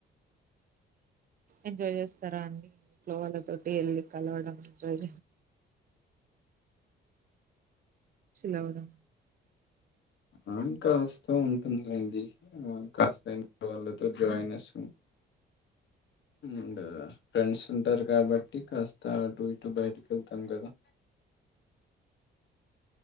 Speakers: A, on the right; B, on the left.
A: ఎంజాయ్ చేస్తారా అండి ఇంట్లో వాళ్లతోటి వెళ్ళి కలవడం ఎంజాయ్ చిల్లవ్వడం
B: ఆ కాస్త ఉంటుందిడి కాస్త ఇ వాళ్ళతో ఉంటుంది జాయినెస్ అండ్ ఫ్రెండ్స్ ఉంటారు కాబట్టి కాస్త అటు ఇటు బయటకి వెళ్తాం కదా